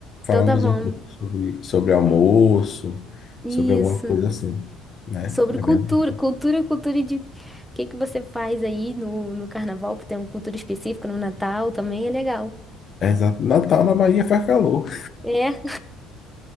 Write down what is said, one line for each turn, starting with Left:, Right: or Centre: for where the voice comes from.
Left: falamos
Centre: Então tá bom.
Left: um pouco sobre, sobre almoço,
Centre: Isso.
Left: sobre alguma coisa assim, né?
Centre: Sobre
Left: É
Centre: cultura,
Left: bem...
Centre: cultura, cultura de. O que que você faz aí no, no carnaval, que tem uma cultura específica no Natal também é legal.
Left: é exa- Natal na Bahia faz calor.
Centre: É,